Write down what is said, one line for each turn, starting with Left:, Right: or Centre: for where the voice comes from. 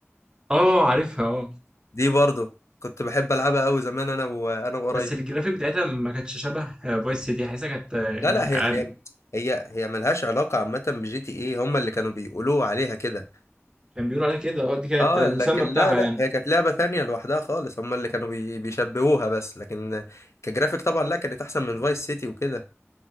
Right: اه عارفها اه
Left: دي برضو كنت بحب العبها قوي زمان انا وانا وقرايبي
Right: بس الجرافيك بتاعتها ما كانتش شبه فايس سيتي حاسسها كانت آه،
Left: لا
Right: يعني
Left: لا هي
Right: اقل
Left: هي هي هي ملهاش علاقة عامة بجي تي ايه هما اللي كانوا بيقولوا عليها كده
Right: كان بيقولوا عليها كده اه دي كانت
Left: اه
Right: المسمى
Left: لكن لا
Right: بتاعها
Left: لا
Right: يعني
Left: هي كانت لعبة تانية لوحدها خالص هما اللي كانوا بي بيشبهوها بس لكن كجرافيك طبعا لا كانت احسن من فايس سيتي وكده